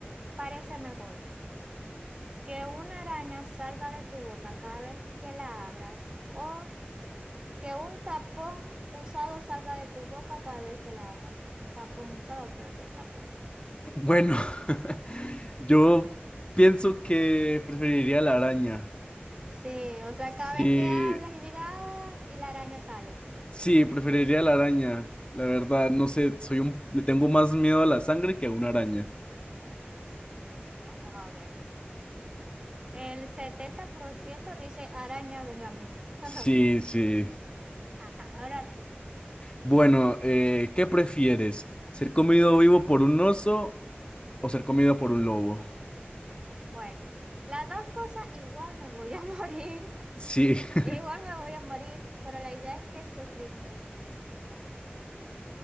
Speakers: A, on the right; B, on the left.
A: parece mejor? ¿Que una araña salga de tu boca cada vez que la abras o Que un tapón usado salga de tu boca cada vez que la abras. Un tapón usado, pero ¿qué tapón?
B: Bueno, <laughs> yo pienso que preferiría la araña.
A: Sí, o sea,
B: Sí,
A: cada vez que hablas y digas, "Ah", y la araña sale.
B: sí, preferiría la araña. La verdad, no sé, soy un, le tengo más miedo a la sangre que a una araña.
A: Yo creo que también, vamos a ver. El 70% dice araña, véngame. <laughs>
B: Sí, sí.
A: Ajá, ahora tú.
B: Bueno, eh, ¿qué prefieres? ¿Ser comido vivo por un oso o ser comido por un lobo?
A: Bueno, las dos cosas igual me voy a <laughs> morir,
B: Sí, <laughs>
A: igual me voy a morir, pero la idea es que sufrir menos. A ver.